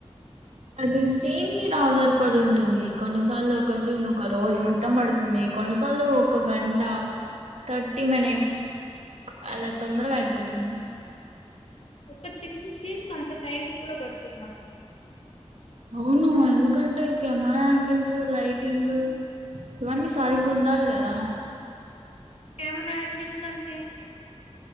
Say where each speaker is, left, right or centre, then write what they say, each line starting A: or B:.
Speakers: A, on the right; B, on the left.
A: అది సీన్ మీద ఆధారపడి ఉంటుంది కొన్నిసార్లు ఒక సీన్ ఒక రోజు మొత్తం పడుతుంది కొన్నిసార్లు ఒక గంట థర్టీ మినిట్స్ అలా తొందరగా అయిపోతుంది
B: ఒక చిన్న సీన్ కి అంత టైం కూడా పడుతుందా
A: అవును ఎందుకంటే కెమెరా యాంగిల్స్ లైటింగ్ ఇవన్నీ సరిగ్గా ఉండాలి కదా
B: కెమెరా యాంగిల్స్ అంటే